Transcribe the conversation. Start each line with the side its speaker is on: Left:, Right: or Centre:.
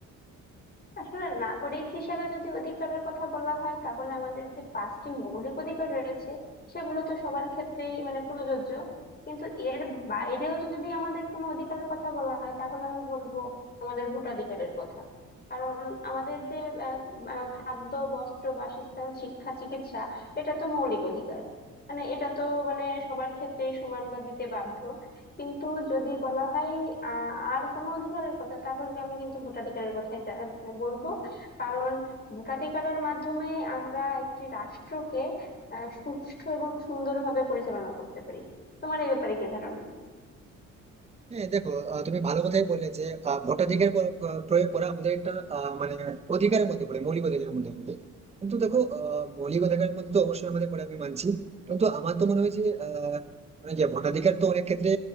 Left: আসলে নাগরিক হিসাবে যদি অধিকারের কথা বলা হয় তাহলে আমাদের যে পাঁচটি মৌলিক অধিকার রয়েছে সেগুলো তো সবার ক্ষেত্রেই মানে প্রযোজ্য কিন্তু এর বাইরেও যদি আমাদের কোনো অধিকারের কথা বলা হয় তাহলে আমি বলবো আমাদের ভোটাধিকারের কথা কারণ আমাদের যে আহ, আহ, খাদ্য বস্ত্র বাসস্থান শিক্ষা চিকিৎসা এটা তো মৌলিক অধিকার মানে এটা তো মানে সবার ক্ষেত্রেই সমান বা দিতে বাধ্য কিন্তু যদি বলা হয় আহ, আর কোনো অধিকারের কথা তাহলে আমি কিন্তু ভোটাধিকারের কথাই যা- মানে বলবো কারণ ভোটাধিকারের মাধ্যমে আমরা একটি রাষ্ট্রকে আহ, সুষ্ঠু এবং সুন্দরভাবে পরিচালনা করতে পারি তোমার এ ব্যাপারে কি ধারণা
Right: হ্যাঁ দেখো আহ, তুমি ভালো কথাই বললে যে আহ, ভোটাধিকার প্র- আহ, প্রয়োগ করা আমাদের একটা আহ, মানে অধিকারের মধ্যে পড়ে মৌলিক অধিকারের মধ্যে পড়ে কিন্তু দেখো আহ, মৌলিক অধিকারের মধ্যে তো অবশ্যই আমাদের পড়ে আমি মানছি কিন্তু আমার তো মনে হয় যে আহ মানে কি ভোটাধিকার তো অনেক ক্ষেত্রে